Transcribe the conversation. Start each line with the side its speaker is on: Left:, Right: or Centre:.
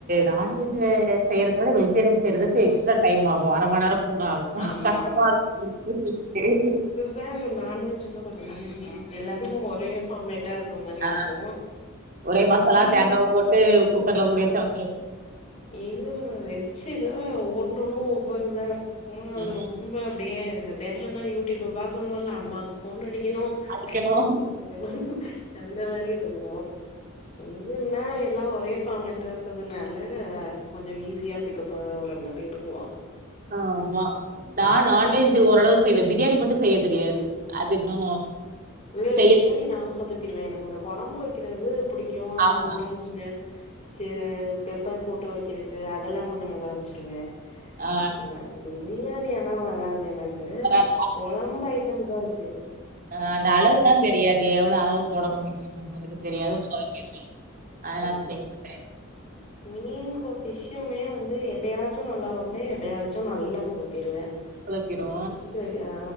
Right: நான்வெஜ் து செய்யறதுனால வெஜிடேரியன் செய்றதுக்கு எக்ஸ்ட்ரா டைம் ஆகு அரம நேர கூடா ஆகு
Left: ஆமா.
Right: கஸ்ட்டமாருக்கு <inaudible>
Left: வேவு நான்வெஜ் வந்து கொஞ்ச ஈஸி எல்லாத்துக்கு ஒரே ஃபார்மேட்டா இருக்க மாரி
Right: ஆ
Left: இருக்கு
Right: ஒரே மசாலா
Left: ஈவிஸ்
Right: தேங்காவ போட்டு குக்கர்ல
Left: ஆ
Right: மூடி வச்சா வந்துரு
Left: இது வெச்சிதா ஒன்னொன்னு ஒவ்வொரு இதாருக்கு அது
Right: ம்
Left: ரொம் ரொம்ப அப்டியே தெர்லன்னா யூட்யூப்ப பாக்கனு இல்ன அம் மாக்கு ஃபோன் அடிக்கணு
Right: அடிக்கணு
Left: <unintelligible> அந்த மாரி இருக்கு இதுன்னா எல்லா ஒரே ஃபாமேட் ட்டா இருக்குறதுனால கொஞ்ச ஈஸியா பிக்கப்பு ஆவுர மரி இருக்கு
Right: ஆமா நா நான்வெஜ்ஜி
Left: ம்
Right: ஓரளவு செய்வ பிரியாணி மட்டு செய்ய தெரியாது அது இன்னு
Left: இல்ல இல்ல
Right: செய்ய
Left: பிரியாணி நானு சொதப்பிடுவே எனக்கு இந்த குழம்பு வக்கிறது புடிக்கு
Right: ஆமா
Left: அதுக்கப்றோ வந் ந சே பெப்பர் போட்டு வக்கிறக்கு அதல்லா கொஞ்சோ நல்லா வச்சிருவே
Right: ஆ
Left: அம்மே பிரியாணி ஆனா வராது எனக் கு
Right: வராது.
Left: கொழம்பு ஐட்டம்ஸா வச்சிது
Right: அ அந்த அளவுல்லா தெரியாது எவ்ளோ அளவு போடணு
Left: ம்
Right: வெக்கணுங்குறது தெரியாது சொதப்பிடுவே அதலா
Left: ம்
Right: எது செய் மட்டே
Left: மீன் கொ ஃபிஷ்யுமே வந்து எப்பயாச்சு நல்லா வப்பே எப்பயாச்சு நல்லா சொதப்பிருவே
Right: சொதப்பிரு
Left: ஆ ஃபிஷ் வக ஆ